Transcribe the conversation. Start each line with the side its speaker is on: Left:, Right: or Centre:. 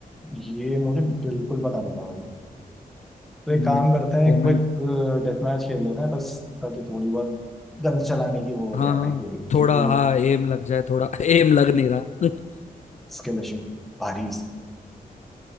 Centre: ये मुझे बिल्कुल पता नहीं था भाई तो एक
Left: हम्म,
Centre: काम करते हैं
Left: ओमेन
Centre: क्विक डेथ मैच खेल लेते हैं बस ताकि थोड़ी बहुत गन चलाने की वो हो
Left: हाँ
Centre: गया
Left: हाँ
Centre: भाई पूरी
Left: थोड़ा
Centre: क्योंकि
Left: हाँ एम लग जाए थोड़ा <laughs> एम लग नहीं रहा <laughs>
Centre: स्किल इशू भारी